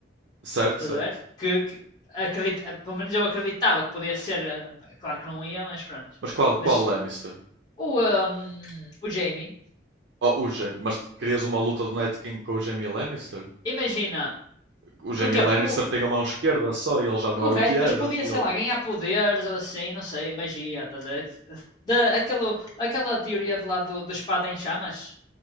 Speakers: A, on the right; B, on the left.
A: certo,
B: Estás
A: certo.
B: a ver? Que, que acredita, eh, pelo menos eu acreditava que podia ser, eh, claro que não ia, mas pronto.
A: Mas qual, qual
B: Mas
A: Lannister?
B: o, ehm, o Jamie,
A: Oh, o Jaime. Mas querias uma luta do Night King com o Jaime Lannister?
B: imagina,
A: o Jamie
B: porquê?
A: Lannister
B: Porque o,
A: tem a mão esquerda só e ele já não
B: correto,
A: era o que era.
B: mas podia,
A: Ele...
B: sei lá, ganhar poderes ou assim, não sei, magia, estás a ver? Da, aquela, aquela teoria de lá do, da espada em chamas?